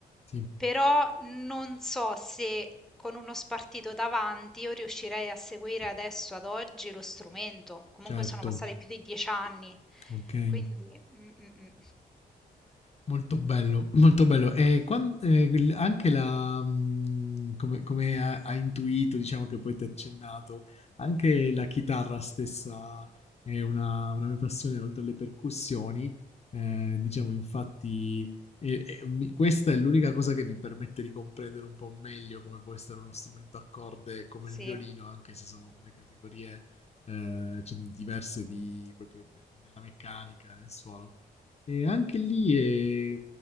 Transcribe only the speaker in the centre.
però non so se con uno spartito davanti io riuscirei a seguire adesso, ad oggi, lo strumento. Comunque
sono passati più di 10 anni,
quindi mh, mh, mh.
Sì.